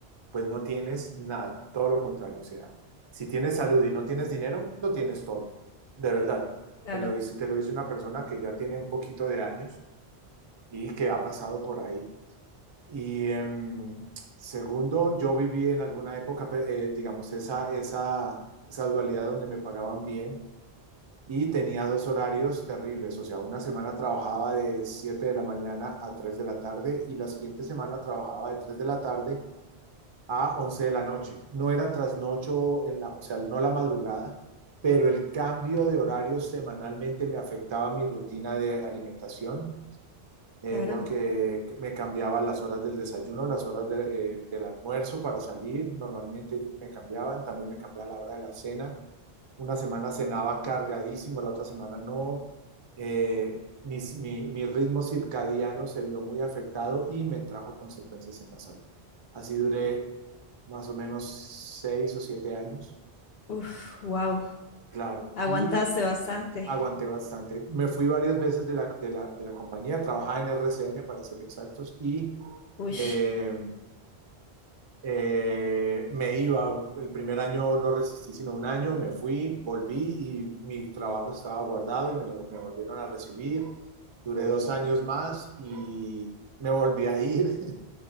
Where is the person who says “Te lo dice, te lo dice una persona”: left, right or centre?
Right